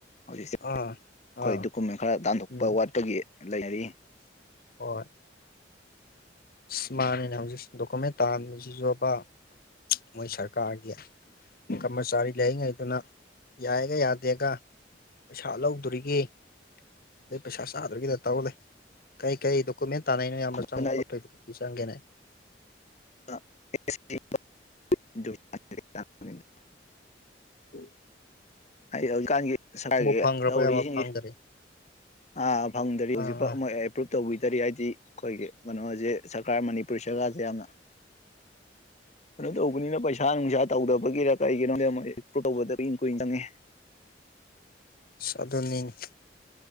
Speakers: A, on the left; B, on the left.
A: ꯍꯧꯖꯤꯛꯁꯦ ꯑꯩꯈꯣꯏ
B: ꯑꯥ ꯑꯥ
A: ꯗꯣꯀꯨꯃꯦꯟ ꯈꯔ ꯇꯥꯟꯊꯣꯛꯄ
B: ꯎꯝ
A: ꯋꯥꯠꯄꯒꯤ ꯂꯩꯅꯔꯤ
B: ꯍꯣꯏ ꯑ ꯃꯥꯅꯦꯅꯦ ꯍꯧꯖꯤꯛ ꯗꯣꯀꯨꯃꯦꯟ ꯇꯥꯕꯁꯤꯁꯨ ꯑꯕ ꯃꯣꯏ ꯁꯔꯀꯥꯔꯒꯤ ꯀꯔꯃꯆꯥꯔꯤ ꯂꯥꯏꯔꯤꯡꯉꯩꯗꯨꯅ ꯌꯥꯏꯑꯒ ꯌꯥꯗꯦꯒ ꯄꯩꯁꯥ ꯂꯧꯗꯣꯔꯤꯒꯦ ꯑꯗꯩ ꯄꯩꯁꯥ ꯆꯥꯗꯔꯤꯒꯤꯗ ꯇꯧꯂꯦ ꯀꯩ ꯀꯩ ꯗꯣꯀꯨꯃꯦꯟ ꯇꯥꯟꯅꯣ ꯑꯕ
A: ꯑꯗꯨꯅ
B: ꯆꯪꯕ ꯈꯣꯠꯇꯣꯏꯕ ꯀꯩ ꯆꯪꯒꯦꯅꯦ
A: <inaudible>
B: ꯎꯝ
A: ꯑꯩ ꯍꯧꯖꯤꯛꯀꯥꯟꯒꯤ
B: ꯐꯪꯈ꯭ꯔꯕ
A: ꯇꯧꯔꯤꯁꯤꯡꯁꯤ
B: ꯌꯥꯝꯕ ꯐꯪꯗꯔꯤ
A: ꯑꯥ ꯐꯪꯗ꯭ꯔꯤ ꯍꯧꯖꯤꯛꯐꯥꯎ
B: ꯑꯥ ꯑꯥ
A: ꯑꯦꯄ꯭ꯔꯚ ꯇꯧꯕꯤꯗꯔꯤ ꯍꯥꯏꯗꯤ ꯑꯩꯈꯣꯏꯒꯤ ꯀꯩꯅꯣꯁꯦ ꯁꯔꯀꯥꯔ ꯃꯅꯤꯄꯨꯔ ꯁꯔꯀꯥꯔꯁꯦ ꯌꯥꯝꯅ <inaudible> ꯀꯩꯅꯣ ꯇꯧꯕꯅꯤꯅ ꯄꯩꯁꯥ ꯅꯨꯡꯁꯥ ꯇꯧꯗꯕꯒꯤꯔ ꯀꯔꯤꯒꯤꯅꯣ ꯇꯧꯕ ꯀꯨꯏ ꯆꯪꯉꯦ
B: ꯁꯥ ꯑꯗꯨꯅꯤꯅꯤ